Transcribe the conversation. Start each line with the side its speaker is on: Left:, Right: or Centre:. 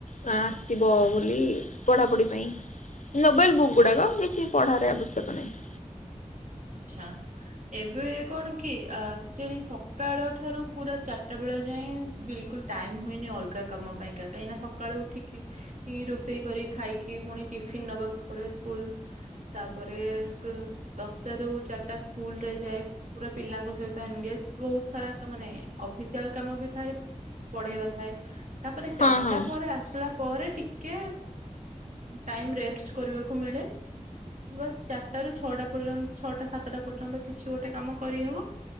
Left: ନା ଆସିବ ବୋଲି, ପଢାପଢି ପାଇଁ। ନୋବେଲ ବୁକ୍ ଗୁଡାକ, କିଛି ପଢାରେ ଆବଶ୍ୟକ ନାହିଁ।
Right: ଆଛା। ଏବେ କଣ କି, ଆକଚୋଲି ସକାଳ ଠାରୁ ପୁରା ଚାରିଟା ବେଳ ଯାଏ। ବିଲକୁଲ ଟାଇମ ହୁଏନି ଅଲଗା କାମ ପାଇଁ କ, କାହିଁକିନା ସକାଳୁ ଉଠିକି ରୋଷେଇ କରି ଖାଇକି, ପୁଣି ଟିଫିନ ନବାକୁ ପଡେ ସ୍କୁଲ ତାପରେ ଦଶଟା ରୁ ଚାରିଟା ସ୍କୁଲ ରେ ଯାଏ। ପୁରା ପିଲାଙ୍କ ସହିତ ଏନଗେଜ ବହୁତ ସାରା ମାନେ ଅଫିସିଆଲ କାମ ବି ଥାଏ। ପଢେଇବା ଥାଏ, ତାପରେ ଚାରିଟା
Left: ହଁ ହଁ
Right: ପରେ ଆସିଲା ପରେ ଟିକେ ଟାଇମ ରେଷ୍ଟ କରିବାକୁ ମିଳେ, ବାସ୍ ଚାରି ଟାରୁ ଛଅଟା ପର୍ଯ୍ୟନ୍ତ ଛଅଟା ସାତଟା ପର୍ଯ୍ୟନ୍ତ କିଛି ଗୋଟେ କାମ କରିହେବ।